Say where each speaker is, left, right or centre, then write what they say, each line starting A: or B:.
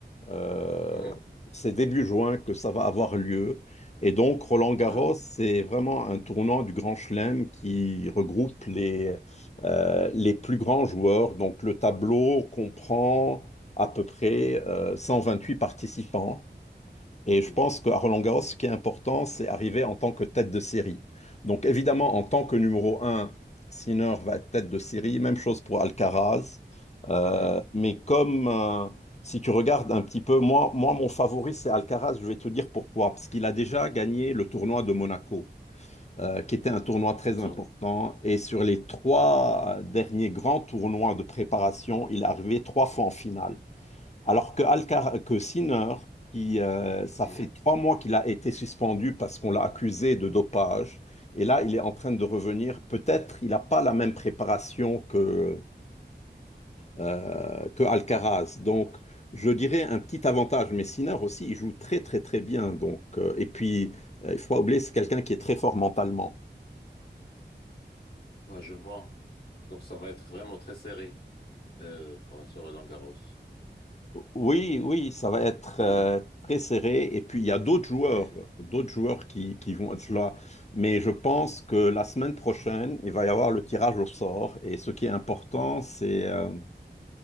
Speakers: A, on the left; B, on the left.
A: Euh,
B: Mhm.
A: c'est début juin que ça va avoir lieu. Et donc, Roland Garros,
B: Ah,
A: c'est vraiment un tournant du Grand Chelem qui regroupe les, euh, les plus grands joueurs. Donc, le tableau comprend à peu près euh, huit participants. Et
B: mhm.
A: je pense qu'à Roland-Garros, ce qui est important, c'est arriver en tant que tête de série. Donc évidemment, en tant que numéro un, Sinner va être tête de série. Même chose pour Alcaraz. Euh,
B: Mhm.
A: mais comme euh, si tu regardes un petit peu, moi, moi, mon favori, c'est Alcaraz. Je vais te dire pourquoi. Parce qu'il a déjà gagné le tournoi de Monaco, euh, qui était un tournoi très
B: Une journée.
A: important. Et sur les trois derniers grands tournois de préparation, il est arrivé trois fois en finale. Alors que, Alcar que Sinner, qui, euh, ça
B: Mhm.
A: fait trois mois qu'il a été suspendu parce qu'on l'a accusé de dopage, et là, il est en train de revenir. Peut-être il n'a pas la même préparation que, euh, que Alcaraz. Donc, je dirais un petit avantage, mais Sinner aussi, il joue très, très, très bien. Donc, euh, et puis, euh, il ne faut pas oublier, c'est quelqu'un qui est très fort mentalement.
B: Ouais, je vois. Donc, ça va être vraiment très serré euh, bon, sur Roland Garros.
A: Oui, oui, ça va être euh,
B: Oui.
A: très serré. Et puis,
B: oui.
A: il
B: Mm.
A: y a d'autres joueurs,
B: Et-
A: d'autres joueurs qui, qui vont être là. Mais je pense que la semaine prochaine, il va y avoir le tirage au sort. Et ce qui est important, c'est euh,